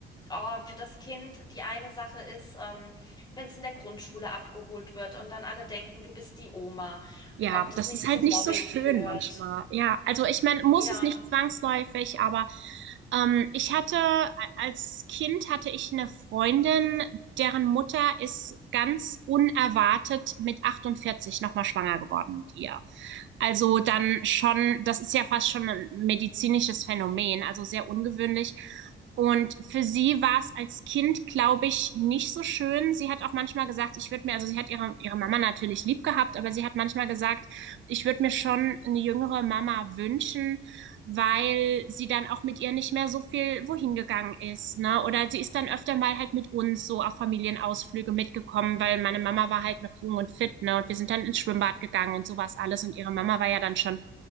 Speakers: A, on the left; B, on the right.
A: oh, für das Kind die eine Sache ist, ähm, wenn es in der Grundschule abgeholt wird und dann alle denken, du bist die Oma,
B: Ja,
A: ob das
B: das
A: nicht
B: ist halt
A: zu Mobbing
B: nicht so schön
A: führt.
B: manchmal. Ja, also ich meine, muss
A: Ja.
B: es nicht zwangsläufig, aber ähm, ich hatte als Kind hatte ich eine Freundin, deren Mutter ist ganz unerwartet mit 48 nochmal schwanger geworden mit ihr. Also dann schon, das ist ja fast schon ein medizinisches Phänomen, also sehr ungewöhnlich. Und für sie war es als Kind, glaube ich, nicht so schön. Sie hat auch manchmal gesagt, ich würde mir, also sie hat ihre, ihre Mama natürlich lieb gehabt, aber sie hat manchmal gesagt, ich würde mir schon eine jüngere Mama wünschen, weil sie dann auch mit ihr nicht mehr so viel wohin gegangen ist, ne? Oder sie ist dann öfter mal halt mit uns so auf Familienausflüge mitgekommen, weil meine Mama war halt noch jung und fit, ne? Und wir sind dann ins Schwimmbad gegangen und sowas alles. Und ihre Mama war ja dann schon,